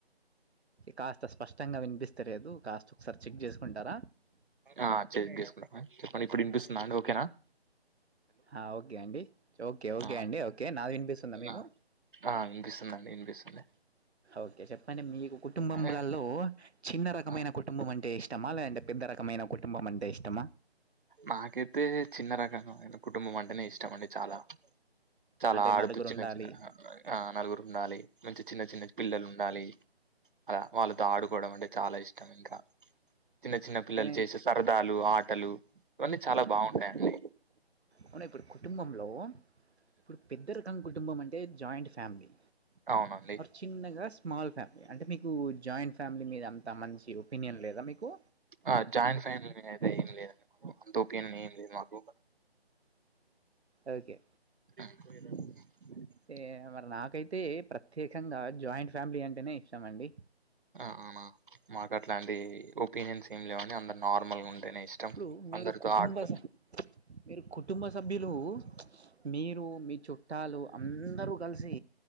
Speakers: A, on the right; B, on the right.
A: కాస్త స్పష్టంగా వినిపిస్తలేదు కాస్త ఒకసారి చెక్ చేసుకుంటార
B: ఆ చెక్ తీసుకుంటా చెప్పండి ఇప్పుడు వినిపిస్తుంద అండి ఓకేన
A: ఆ ఓకే అండి ఓకే ఓకే
B: ఆ
A: అండి ఓకే నాది వినిపిస్తుంద మీకు
B: ఆ ఆ వినిపిస్తుందండి వినిపిస్తుంది
A: ఓకే చెప్పండి మీకు కుటుంబ్రంలలో
B: ఆ
A: చిన్న రకమైన
B: ఆ,
A: కుటుంబం అంటే ఇష్టమ లేదంటే పెద్ద రకమైన కుటుంబం అంటే ఇష్టమ
B: నాకైతే చిన్న రకమైన కుటుంబం అంటేనే ఇష్టం అండి చాల చాల
A: అంటే
B: ఆడుతూ
A: నలుగురు
B: చిన్న
A: ఉండాలి
B: చిన్నగా ఆ నలుగురు ఉండాలి మంచి చిన్న చిన్న పిల్లలు ఉండాలి అల వాళ్ళతో ఆడుకోవడం అంటే చాల ఇష్టం ఇంకా చిన్న చిన్న పిల్లలు
A: కానీ
B: చేసే సరదాలు ఆటలు ఇవన్నీ చాల బాగుంటాయండి
A: అవును ఇప్పుడు కుటుంబంలో ఇప్పుడు పెద్దరికం కుటుంబం అంటే జాయింట్ ఫ్యామిలీ
B: అవును
A: ఆర్ చిన్నగా స్మాల్ ఫ్యామిలీ అంటే మీకు జాయింట్ ఫ్యామిలీ మీద అంత మంచి ఒపీనియన్ లేదా మీకు
B: ఆ జాయింట్ ఫ్యామిలీ అయితే ఏం లేదు మా అంత ఒపీనియన్ ఏం లేదు మాకు
A: ఓకే
B: హ్మ్
A: ఎ మరి నాకైతే ప్రత్యేకంగ జాయింట్ ఫ్యామిలీ అంటేనే ఇష్టం అండి
B: అవునా మాకు అట్లాంటి ఒపీనియన్స్ ఏమి లేవండి అందరు నార్మల్గ ఉంటేనే ఇష్
A: ఇప్పుడు మీరు
B: అందరితో
A: కుటుంబ
B: ఆడుతు
A: స మీరు కుటుంబ సభ్యులు మీరు మీ చుట్టలు అందరూ కలిసి